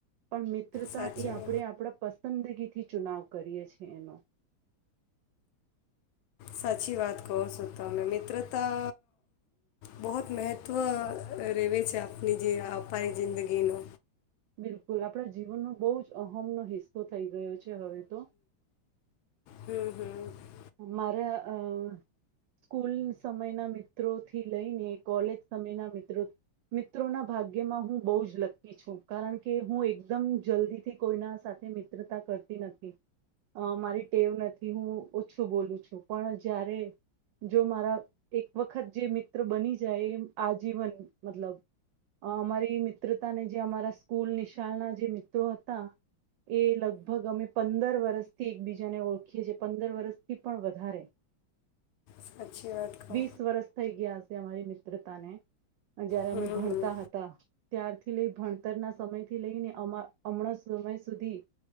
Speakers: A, on the right; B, on the left.
A: પન મીત મિત્રતા
B: સાચી
A: એ આપણે આપણા પસ પસંદગીથી ચુનાવ કરીએ છી એનો
B: સાચી વાત કહો સો તમે મિત્રતા બહોત મેહત્વ રેવે છે આપની જે આપાય જિંદગીનો
A: બિલકુલ આપણા જીવનનો બહુ જ અહમનો હિસ્સ સો થઈ ગયો છે હવે તો
B: હમ હમ
A: મારા અ સ્કૂલ સમયના મિત્રોથી લઈને કોલેજ સમયના મિત્રો મિત્રોના ભાગ્યમાં હું બહુ જ લક્કી છું કારણ કે હું એકદમ જલ્દીથી કોઈના સાથે મિત્રતા કરતી નથી. અ મારી ટેવ નથી હું. શું બોલું છું પણ જયારે જો મારા એક વખત જે મિત્ર બની જાય એ આજીવન મતલબ અમારી મિત્રતાને જે અમારા સ્કૂલ નિશાળના જે મિત્રો હતા. એ લગભગ અમે પંદર વરસ થી એકબીજાને ઓળખીએ છીએ પંદ પંદર વર્ષથી પણ વધારે
B: સાચી વાત કહો
A: વીસ વરષ થઇ ગયા. અમારી મિત્રતાને અને જયારે
B: હમ
A: અમે ભણતા
B: હમ
A: હતા ત્યાર તે લઈ ભણતરના સમય થી લઈને અમા અમણાં સમય સુધી